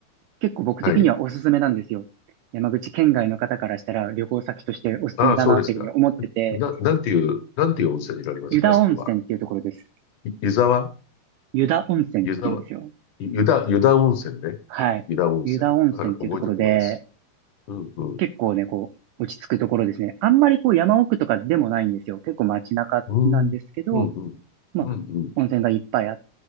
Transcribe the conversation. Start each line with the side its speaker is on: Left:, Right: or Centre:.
Right: 結構僕的にはおすすめなんですよ。
Left: はい。
Right: 山口県外の方からしたら旅行先としておすすめだなっていうふうに思ってて、
Left: ああ、そうですか。な、なんていう、なんていう温泉になりますか、
Right: 湯田温泉っていうところです。
Left: そこは。い湯沢
Right: 湯田温泉っていうんですよ。
Left: 湯沢ゆ湯田、湯田温泉ね。
Right: はい。
Left: 湯田温泉。
Right: 湯田温泉っていうところで、
Left: はい、覚えておきます。うん、うん。
Right: 結構ね、こう、落ち着くところですね。あんまりこう山奥とかでもないんですよ。結構街中なんですけど、
Left: うん、うん、うん。
Right: まあ、
Left: うん、うん。
Right: 温泉がいっぱいあって、